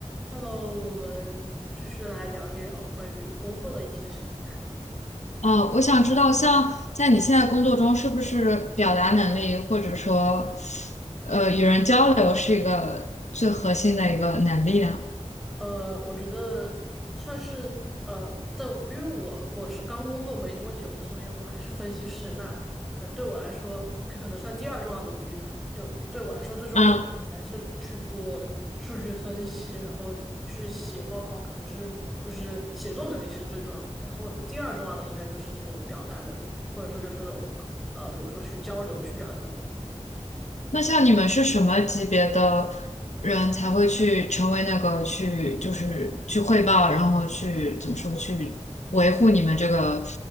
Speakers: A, in the centre; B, on the left.
A: Hello，我们继续来聊一聊关于工作的一些事情吧。
B: 哦，我想知道，像在你现在工作中，是不是表达能力或者说，呃，与人交流是一个最核心的一个能力呢？
A: 呃，我觉得算是呃，在因为我我是刚工作没多久，所以我还是分析师。那呃，对我来说，这可能算第二重要的能力吧。就对我来说，最重要的还是去做数据分析，
B: 嗯，
A: 然后去写报告，可能是就是写作能力是最重要的。然后第二重要的应该就是这种表达能力，或者说就是那种呃，比如说去交流、去表达的能力。
B: 那像你们是什么级别的人才会去成为那个去就是去汇报，然后去怎么说去维护你们这个